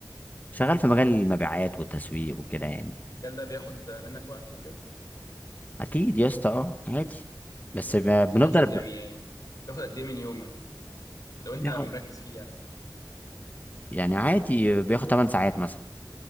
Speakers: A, on the left; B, on the left.
A: شغال في مجال المبيعات والتسويق وكده يعني
B: المجال ده بياخد منك وقت وكده
A: اكيد يا اسطى اه عادي بس ب- بنفضل
B: لا اقصد
A: ب-
B: يعني بياخد قد ايه من يومك لو انت
A: بياخد
B: مركز فيه يعني
A: يعني عادي بياخد 8 ساعات مثلا